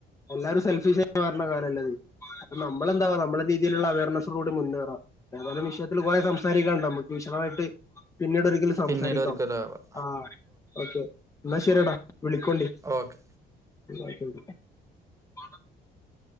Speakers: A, on the left; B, on the right.
A: എല്ലരും സെഫഷ മാറണ കാലല്ലത് അപ്പ നമ്മളെന്താവാ നമ്മുടെ രീതിയിലുള്ള അവർനെ കൂടി മുന്നേറാം ഏാലും വിഷയത്തിൽ കുറെ സംസാരിക്കാണ്ട് ന മുക്ക് വിശദമായിട്ട് പിന്നീട് ഒരിക്കലും സംസാരിക്കാം
B: പിന്നീട് ഒരിക്കലാവാം
A: ആ ഓക്കെ നല്ല ശരടാ വിളിക്കോണ്ടേ
B: ഓക്കെ
A: അക്കക്ക <unintelligible>